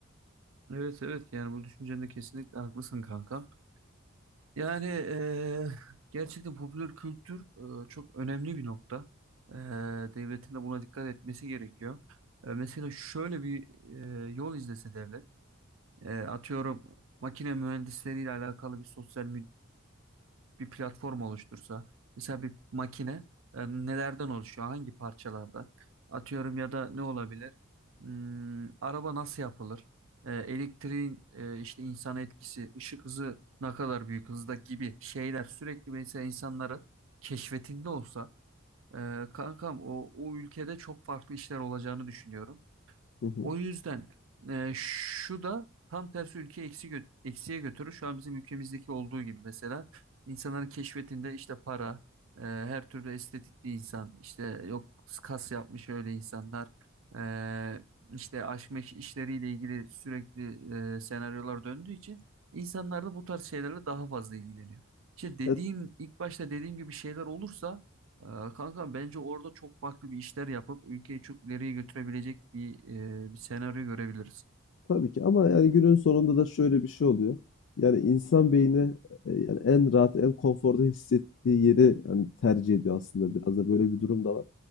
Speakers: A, on the right (about 80°); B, on the left (about 65°).
A: Evet evet yani bu düşüncende kesinlikle haklısın kanka. Yani eee, gerçekten popüler kültür eee, çok önemli bir nokta. Eee, devletin de buna dikkat etmesi gerekiyor. Eee, mesela şöyle bir eee, yol izlese devlet, eee, atıyorum makine mühendisleriyle alakalı bir sosyal bir platform oluştursa, mesela bir makine e, nelerden oluşuyor, hangi parçalardan? Atıyorum ya da ne olabilir? Hmm, araba nasıl yapılır? E, elektriğin e, işte insan etkisi, ışık hızı ne kadar büyük hızda gibi şeyler sürekli mesela insanların keşfetinde olsa, e, kankam o, o ülkede çok farklı işler olacağını düşünüyorum.
B: Hı hı.
A: O yüzden e, şu da tam tersi ülkeyi eksi gö- eksiye götürür. Şu an bizim ülkemizdeki olduğu gibi mesela insanların keşfetinde işte para, e, her türlü estetikli insan, işte yok kas yapmış öyle insanlar, e, işte aşk meşk işleriyle ilgili sürekli e, senaryolar döndüğü için insanlar da bu tarz şeylerle daha fazla ilgileniyor. İşte dediğim
B: Ya,
A: ilk başta dediğim gibi şeyler olursa ee, Kanka bence orada çok farklı bir işler yapıp ülkeyi çok ileriye götürebilecek bir e, bir senaryo görebiliriz.
B: tabii ki ama yani günün sonunda da şöyle bir şey oluyor. Yani insan beyni e, yani en rahat, en konforda hissettiği yeri yani tercih ediyor aslında biraz da böyle bir durum da var.